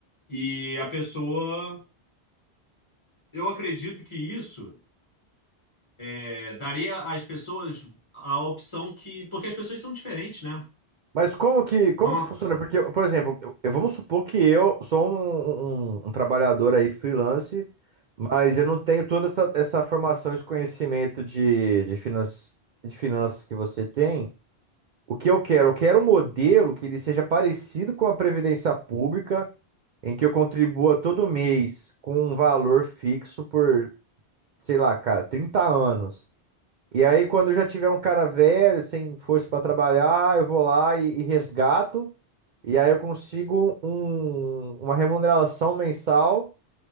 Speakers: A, on the left; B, on the right.
A: E a pessoa, eu acredito que isso É, daria às pessoas a opção que. Porque as pessoas são diferentes, né?
B: Mas como que, como
A: Não-
B: que funciona? Porque, por exemplo, eu, eu- vamos supor que eu sou um, um- um trabalhador aí freelance, mas eu não tenho toda essa, essa formação, esse conhecimento de, de, finance, de finanças que você tem. O que eu quero? Eu quero um modelo que ele seja parecido com a Previdência Pública, em que eu contribua todo mês com um valor fixo por, sei lá, cara, 30 anos. E aí, quando eu já tiver um cara velho, sem força para trabalhar, eu vou lá e e resgato. E aí eu consigo um- uma remuneração mensal